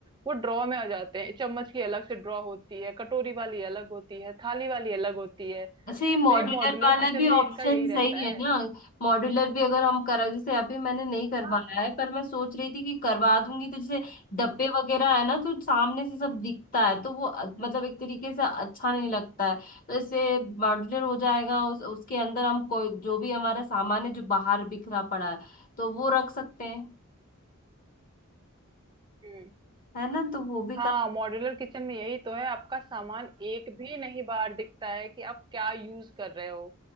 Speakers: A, on the right; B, on the left.
A: वो ड्रॉ में आ जाते हैं चम्मच की अलग से ड्रॉ होती है कटोरी वाली अलग होती है थाली वाली अलग होती है
B: अच्छा ये मॉड्यूलर
A: तो ये मॉड्यूलर
B: वाला
A: किचन
B: भी
A: में
B: ऑप्शन
A: इनका यही रहता
B: सही
A: है
B: है ना मॉड्यूलर भी अगर हम करा जैसे अभी मैंने नहीं करवाया
A: हाँ हाँ
B: है पर
A: हाँ
B: मैं सोच रही थी कि करवा दूंगी तो जैसे डब्बे वगैरह है ना तो सामने से सब दिखता है तो वो अ- मतलब एक तरीके से अच्छा नहीं लगता है तो इससे मॉड्यूलर हो जाएगा उस, उसके अंदर हम कोई जो भी हमारा सामान है जो बाहर बिखरा पड़ा है तो वो रख सकते हैं
A: हम्म
B: है ना तो वो भी
A: हाँ
B: कर
A: मॉड्यूलर किचन में यही तो है आपका सामान एक भी नहीं बाहर दिखता है कि आप क्या यूज कर रहे हो